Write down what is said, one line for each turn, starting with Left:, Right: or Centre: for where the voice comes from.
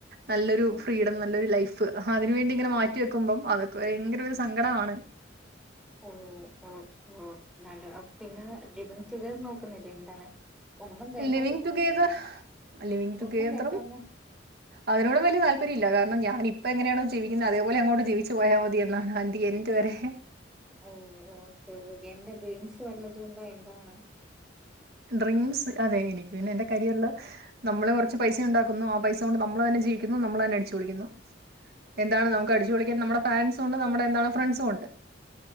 Right: നല്ലൊരു ഫ്രീഡം നല്ലൊരു ലൈഫ് അതിന് വേണ്ടിങ്ങനെ മാറ്റി വെക്കുമ്പം അതൊക്കെ ഭയങ്കര ഒരു സങ്കടാണ്
Centre: ഓ ഓ ഓ നല്ല പിന്നെ ലിവിങ്റ്റുഗതെർ നോക്കുന്നില്ലേ എന്താണ് ഒന്നും വേണ്ട
Right: ലവിങ് ടുഗേദർ ലവിങ് ടുഗേദറും
Centre: ഒന്നും വേണ്ടാന്ന്
Right: അതിനോടും വെല്ല്യതാൽപര്യല്ല കാരണം ഞാന്ഇപ്പഎങ്ങെനേണോ ജീവിക്കുന്നത് അതേപോലെങ്ങോട്ട് ജീവിച്ച്പോയാമതി എന്നാഅന്തിയെൻ ഇതവരേ
Centre: ഓ ഓക്കേ ഓക്കേ എന്തേഡ്രീംസ് വല്ലതുണ്ടോ എന്താണ്
Right: ഡ്രീംസ് അതെ എനിക്ക് പിന്നെ എന്റെകരിയർല് നമ്മള് കൊർച്ച് പൈസണ്ടാക്കുന്നു ആഹ് പൈസ കൊണ്ട് നമ്മളന്നെ ജീവിക്കുന്നു നമ്മളന്നെ അടിച്ചുപൊളിക്കുന്നു എന്താണ്
Centre: അത്?
Right: നമുക്ക് അടിച്ചുപൊളിക്കാൻ നമ്മടെ പാരൻറ്സുണ്ട് നമ്മടെ എന്താണ് ഫ്രണ്ട്സുണ്ട്